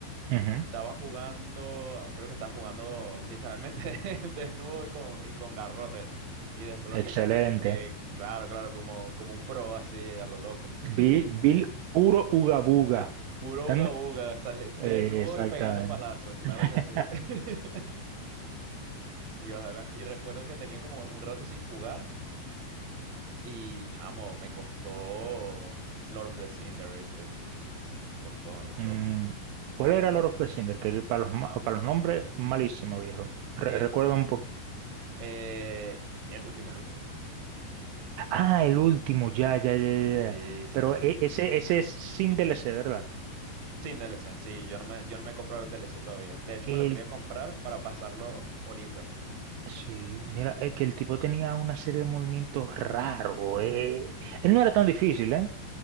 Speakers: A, on the right; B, on the right.
A: ujú.
B: Estaba jugando, creo que estaba jugando literalmente <laughs> desnudo y con, y con garrote. Y después lo
A: Excelente.
B: que hice fue como que, claro, claro, como, como un pro así a lo loco. <laughs>
A: Bill Bill puro ugabuga.
B: Puro
A: Dando-
B: uga uga, sale desnudo
A: eh, exactamente.
B: y pegando palazo, claro
A: <laughs>
B: que sí. <laughs> Dios, a ver, y recuerdo que tenía como un rato sin jugar y chamo, me costó Lord of the Cinder, ¿viste? Me costó, me costó.
A: Mm, ¿Cuál era el Lord of the Cinder? Que para los, ma- para los nombres, malísimo, viejo. Re-
B: El,
A: recuerda un poco.
B: eh, el último, el último.
A: Ah, el último, ya, ya, ya, ya.
B: Sí,
A: ya.
B: sí,
A: Pero
B: sí.
A: e- ese, ese es sin DLC, ¿verdad?
B: Sin D L C, sí, yo no me, yo no me he comprado el D L C todavía. De hecho,
A: El,
B: me lo quería comprar para pasarlo ahorita,
A: sí, mira, es que el tipo tenía una serie de movimientos raros. eh. Él no era tan difícil, ¿eh?